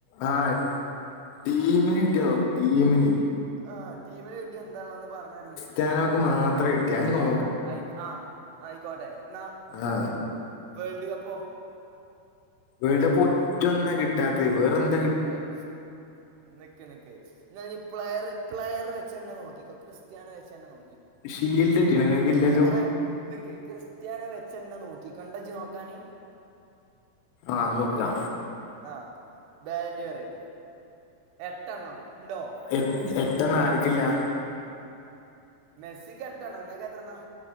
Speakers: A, on the left; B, on the right.
A: ആഹ് ടീമിന് കിട്ടിയോ ടീമിന്
B: ആഹ് ടീമിന് കിട്ടിയേ എന്താള്ളോന്ന് പറഞ്ഞാണീ
A: ത്യാനോക്ക് മാത്രാ കിട്ടിയെ അഹ് നോ
B: അയി ആഹ് ആയിക്കോട്ടെ ന്നാ നിക്ക്
A: ആ
B: വേൾഡ് കപ്പോ
A: വേൾഡ് കപ്പൊറ്റൊന്നാ കിട്ടാത്തെ വെറെന്നും
B: ആഹ് നിക്ക് നിക്ക് എന്നാ പ്ലെയർ പ്ലെയർ വെച്ചെന്നെ നോക്കിക്കോ ക്രിസ്ത്യാനോ വെച്ചെന്നെ നോ
A: ഷീൽഡ് കിട്ടി നിങ്ങൾക്കില്ലല്ലോ
B: <unintelligible> നിക്ക് ക്രിസ്ത്യാനോ വെച്ചെന്നെ നോക്കിക്കൊണ്ടെജ് നോക്കാന്
A: ആഹ് നോക്കാ
B: ആഹ് ബാരെണ്ടി പറയ് എട്ടെണ്ണം ആണ്ടോ
A: എ എട്ടെണ്ണം ആർക്കില്ലെ
B: മെസ്സിക്ക് എട്ടെണ്ണം ഇങ്ങക്കെത്രണ്ണാ